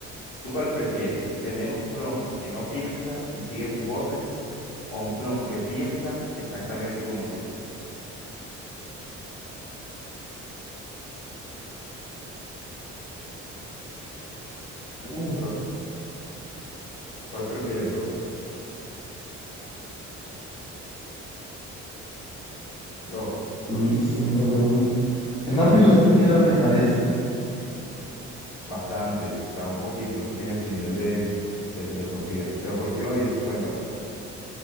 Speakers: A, on the left; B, on the left.
A: ¿tú cuál prefieres? ¿Tener un clon que no piensa y sigue tus órdenes o un clon que piensa exactamente como tú?
B: Uh,
A: Bro, ¿cuál prefieres, bro? Bro,
B: durísima esa pregunta. Es
A: sí,
B: más filosófica de lo que parece.
A: bastante, o sea, un poquito, sí tiene su nivel de, de filosofía. Pero ¿por qué lo dices? Cuéntame.